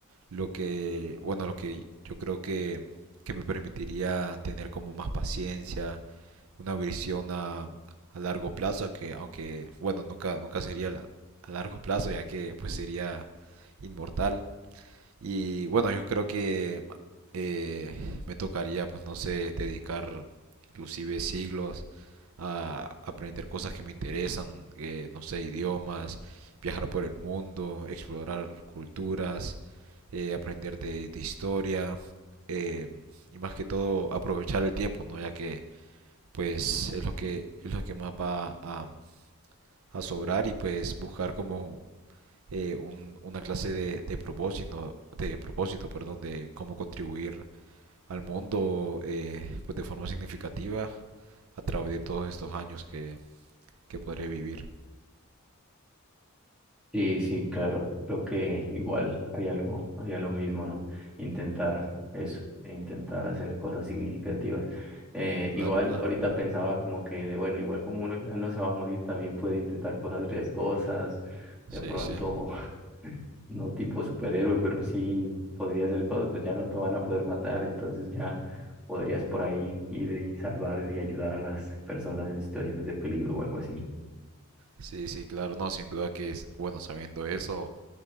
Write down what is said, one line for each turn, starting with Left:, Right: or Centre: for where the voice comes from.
Right: lo que, bueno, lo que yo creo que, que me permitiría tener como más paciencia, una visión a, a largo plazo, que aunque, bueno, nunca, nunca sería la- a largo plazo, ya que pues sería inmortal, y bueno, yo creo que eh, me tocaría, pues no sé, dedicar inclusive siglos a aprender cosas que me interesan, eh, no sé, idiomas, viajar por el mundo, explorar culturas, eh, aprender de, de historia eh, y más que todo aprovechar el tiempo, ¿no? Ya que pues es lo que es lo que más va a, a sobrar y pues buscar como eh, un- una clase de, de propósito, de propósito, perdón, de cómo contribuir al mundo eh, pues de forma significativa a través de todos estos años que, que podré vivir.
Centre: Sí, sí, claro. Creo que igual haría lo, haría lo mismo, ¿no? Intentar eso, e intentar hacer cosas significativas. Eh,
Right: Claro,
Centre: igual
Right: claro.
Centre: ahorita pensaba como que, de, bueno, igual como uno ya no se va a morir, también puede intentar cosas riesgosas,
Right: Sí,
Centre: de pronto,
Right: sí,
Centre: <laughs> no tipo superhéroe, pero sí podría hacer cosas, pues ya no te van a poder matar, entonces ya podrías por ahí ir y salvar y ayudar a las personas en situaciones de peligro o algo así.
Right: sí, sí, claro, no, sin duda que es bueno sabiendo eso,